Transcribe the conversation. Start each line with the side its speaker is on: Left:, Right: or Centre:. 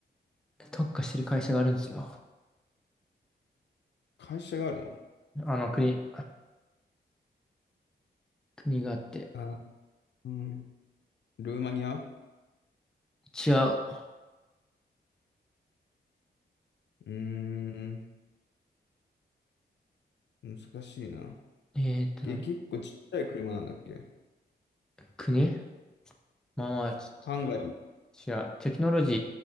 Centre: 特化してる会社があるんですよ。
Left: 会社があるの
Centre: あの、国、国があって。
Left: あ、うん。ルーマニア
Centre: 違う。
Left: うーん、難しいな。
Centre: えーっと、
Left: え、
Centre: な
Left: 結構ちっちゃい車なんだっけ
Centre: 国まあまあ、ち
Left: ハンガリ
Centre: 違う。テクノロジ